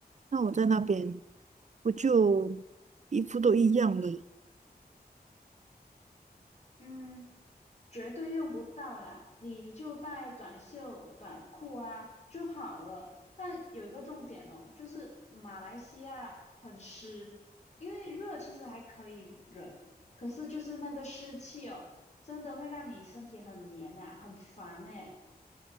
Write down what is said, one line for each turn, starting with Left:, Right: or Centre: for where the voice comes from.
Right: 那我在那边不就衣服都一样了？
Left: 嗯，绝对用不到啦，你就带短袖、短裤啊就好了。但有一个重点哦，就是马来西亚很湿，因为热其实还可以忍，可是就是那个湿气哦。真的会让你身体很黏呐、很烦呢、